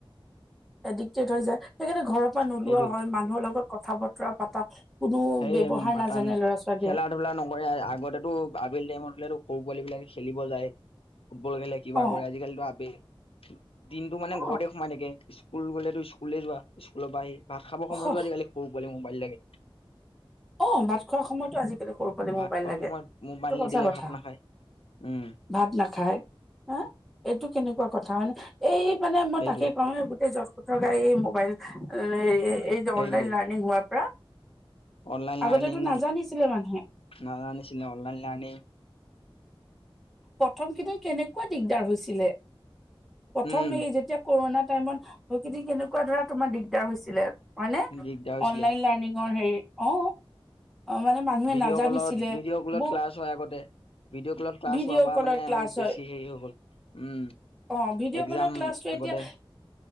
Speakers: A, in the centre; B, on the left (about 85°).
A: এডিক্টেড হৈ যায়। সেইকাণে ঘৰৰ পৰা নোলোৱা
B: সেইটোৱে
A: হয় মানুহৰ লগত কথা বতৰা পাতা কোনো
B: সেই
A: ব্যৱহাৰ
B: পাতান
A: নাজানে ল'ৰা ছোৱালীয়ে।
B: <unintelligible> ধূলা নকৰে আগতে তো আবেলি টাইম-টো সৰু পোৱালি বিলাকে খেলিব যায়, ফুটবল খেলে। কিবা
A: অ
B: কৰে। আজিকালিতো আবে দিনটো মানে
A: অ
B: ঘৰতে সোমাই থাকে। স্কুল গলেতো, স্কুলে যোৱা। স্কুল পা আহি। ভাত খাব
A: অ
B: সময়তো আজিকালি সৰু পোৱালি মোবাইল লাগে।
A: অ ভাত খোৱাৰ সময়তো আজিকালি সৰু পোৱালি
B: ভাত
A: মোবাইল
B: খোৱা
A: লাগে
B: সময়ত মোবাইল
A: এইটো সঁচা
B: নিদিলে
A: কথা
B: ভাত নাখায়, উম।
A: ভাত নাখায়। হা? এইটো কেনেকুৱা কথা মানে? এই মানে মই
B: সেইটোৱে
A: তাকে কওঁ গোটেই জট কথৰ গাড়ী মোবাইল <unintelligible> এই যে,
B: সেইটোৱে
A: অনলাইন লাৰ্ণিং হোৱাৰ পৰা।
B: অনলাইন
A: আগতেতো
B: লাৰ্ণিং
A: নাজানিছিলে মানুহে
B: নাজানিছিলে। অনলাইন লাৰণিং
A: প্ৰথম খিনি কেনেকুৱা দিগদাৰ হৈছিলে। প্ৰথম
B: উম
A: এই যেতিয়া কৰোণা টাইমত হয় <unintelligible> কেনে কোৱা ধৰা তোমাৰ দিগদাৰ হৈছিলে হয়নে?
B: দিগদাৰ হৈছিলে
A: অনলাইন লাৰ্নিংৰ হেৰি অ। মানে মানুহে
B: ভিডিঅ'
A: নাজানিছিলে
B: কলত ভিডিঅ' কলত
A: ব
B: ক্লাছ হয় আগতে। ভিডিঅ' কলত ক্লাছ
A: ভিডিঅ'
B: হোৱাৰ পৰা
A: কলৰ
B: মানে
A: ক্লাছ
B: আৰু বেছি
A: হয়
B: হেৰি হৈ গ'ল। উম,
A: অ ভিডিঅ'
B: এক্জাম
A: কলৰ ক্লাছটো
B: আগতে
A: এতিয়া